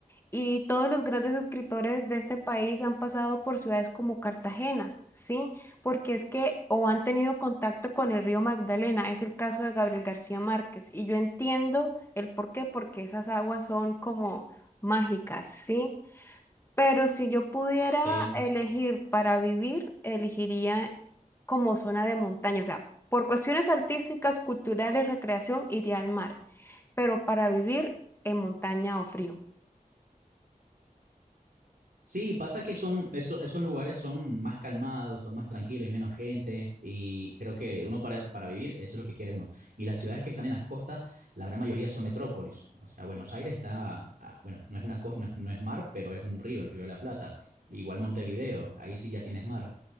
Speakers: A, on the left (about 15°); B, on the right (about 85°).
A: Y todos los grandes escritores de este país han pasado por ciudades como Cartagena, ¿sí? Porque es que o han tenido contacto con el río Magdalena, es el caso de Gabriel García Márquez. Y yo entiendo el por qué, porque esas aguas son como mágicas, ¿sí? Pero si yo pudiera
B: Sí.
A: elegir para vivir, elegiría como zona de montaña, o sea, por cuestiones artísticas, culturales, recreación, iría al mar, pero para vivir en montaña o frío.
B: Sí, pasa que son, eso- esos lugares son más calmados, son más tranquilos, hay menos gente y creo que uno para, para vivir, eso es lo que quiere uno. Y las ciudades que están en las costas, la gran mayoría son metrópolis. O sea, Buenos Aires está, ah, bueno, no es una costa, no es, no es mar, pero es un río, el Río de la Plata. Igual Montevideo, ahí sí ya tienes mar.